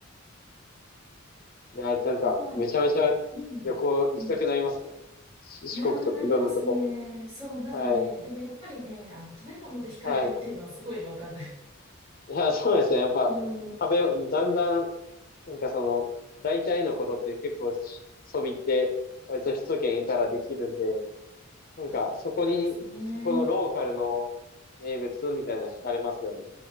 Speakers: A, on the left; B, on the right.
A: いや、なんか、
B: 香川に、
A: めちゃめちゃ旅行行きたくなりますね。
B: うん、うん。
A: し四国とかいろんなとこ。
B: いやー、なりますね。そう、なんかね、
A: はい。
B: でもやっぱりね、あの、食べ物で惹かれるっていうのはすごいわかる。
A: はい。いや、そうですね。やっぱ、
B: うん。
A: 食べ、だんだん、なんかその、大体のことって結構し、そびって、割と首都圏いたらできるんで、
B: <laughs>
A: なんか、
B: あ、
A: そこに、
B: そうですね。
A: そこのローカルの名物みたいなの惹かれますよね。